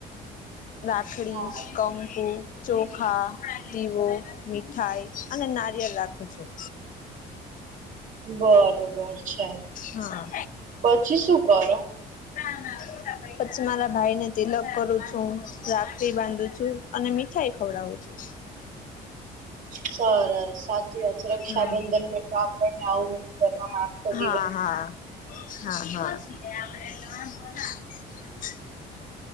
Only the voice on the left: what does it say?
રાખડી
કંકુ. ચોખા દીવો મીઠાઈ અને નારિયેળ રાખું છું.
હા
<inaudible> પછી મારા ભાઈ ને તિલક કરું છું રાખડી બાંધું છું. અને મીઠાઈ ખવડાવું છું.
હા
હા
હા! હા, હા